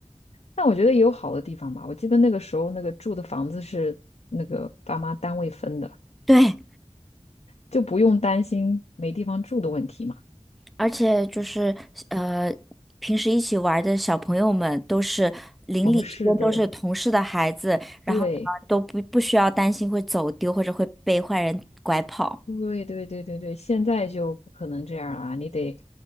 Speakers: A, on the left; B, in the centre.
A: 但我觉得也有好的地方吧。我记得那个时候那个住的房子是那个爸妈单位分的，
B: 对，
A: 就不用担心没地方住的问题嘛。
B: 而且就是呃，平时一起玩儿的小朋友们都是邻里之间都是同事的孩子，
A: 同事的，
B: 然后呢都不不需要担心会走丢或者会被坏人拐跑。
A: 对，对，对，对，对，对，现在就不可能这样啊，你得